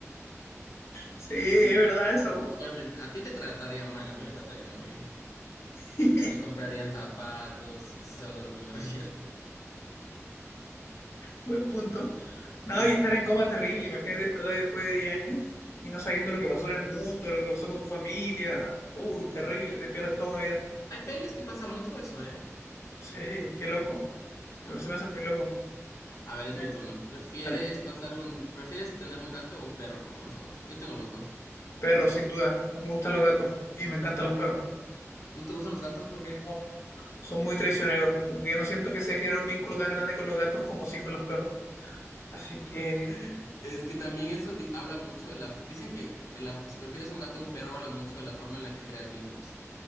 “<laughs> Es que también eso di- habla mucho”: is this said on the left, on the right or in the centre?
Left